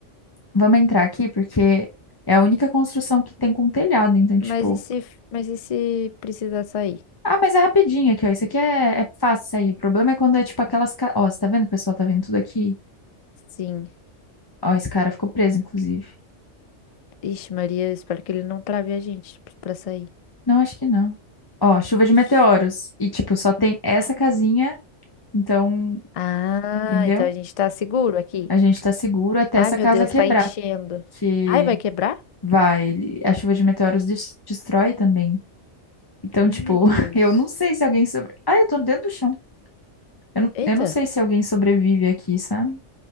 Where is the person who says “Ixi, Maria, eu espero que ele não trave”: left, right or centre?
Left